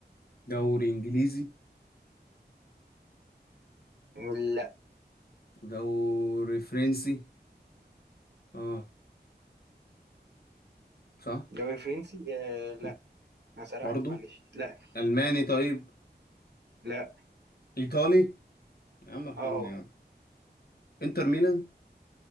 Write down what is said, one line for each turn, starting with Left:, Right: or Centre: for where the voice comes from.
Left: دوري إنجليزي
Right: لا
Left: دوري فرنسي اه صح
Right: دوري فرنسي آه... لا
Left: م.
Right: انا سرحت
Left: برضو
Right: معلش لا
Left: ألماني طيب
Right: لا
Left: إيطالي يا عم ارحمني
Right: اه
Left: يا عم إنتر ميلان